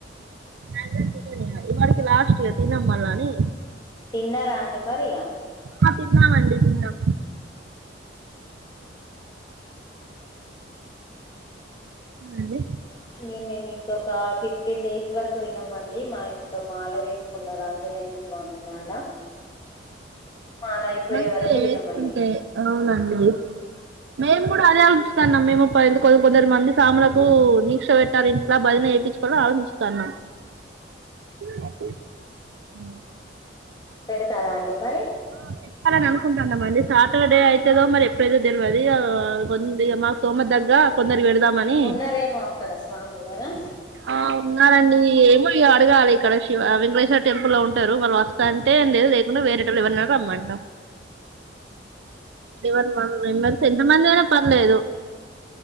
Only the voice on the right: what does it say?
రంజన్ <unintelligible> ఇవాడికి లాస్ట్ ఇగ తినం మల్లని
ఆ తిన్నమండీ తిన్నాం
ఆ అండి
మంచిదే
వేసుకుంటే అవునండి మేము కూడా అదే అనుకున్ స్తన్నాం మేము కొ కొందరు మంది సాములకు దీక్ష పెట్టాలి ఇంట్లా భజన వేయించుకోవల ఆలోచిస్తాన్నాం <unintelligible>
ఆ పెట్టాలని అనుకుంటున్నామండి సాటర్డే అయితేదో మరి ఎప్పుడైతే తేల్వదీ ఇగా కొదిగా మాకు సోమ దగ్గ కొందరు పెడదామని
ఆవ్ ఉన్నారండి ఏమో ఇగ అడగాలి ఇక్కడ శివ వెంకటేశ్వర్ టెంపుల్ లో ఉంటారు వాళ్ళు వస్తాంటే లేదు లేకుంటే వేరేట్టోళ్ళు ఎవరన్నా రమ్మంటాం ఈవెన్ వన్ మెంబర్స్ ఎంతమంది అయినా పర్లేదు